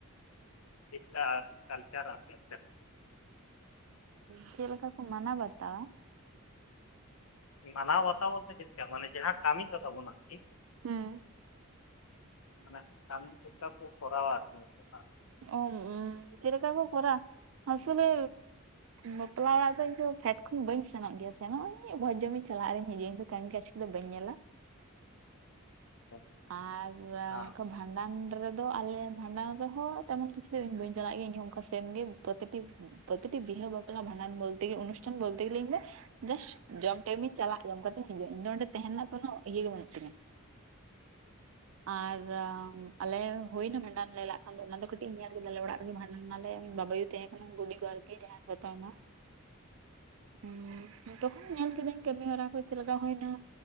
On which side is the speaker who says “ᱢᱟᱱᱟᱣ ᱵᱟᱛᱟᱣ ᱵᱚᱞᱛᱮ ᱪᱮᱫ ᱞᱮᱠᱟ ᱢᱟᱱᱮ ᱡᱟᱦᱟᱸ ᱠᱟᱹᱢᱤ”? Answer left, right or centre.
Left